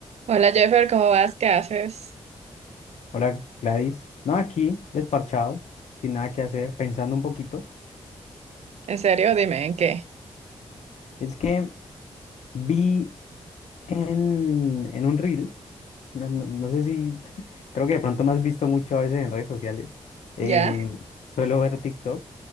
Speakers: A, on the right; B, on the left.
A: Hola Jeffer, ¿cómo vas? ¿Qué haces?
B: Hola Gladys. No, aquí desparchado, sin nada que hacer, pensando un poquito.
A: ¿En serio? Dime, ¿en qué?
B: Es que vi en, en un reel, no, no- no sé si, <laughs> creo que de pronto me has visto mucho a veces en redes sociales, em,
A: ¿Ya?
B: suelo ver TikTok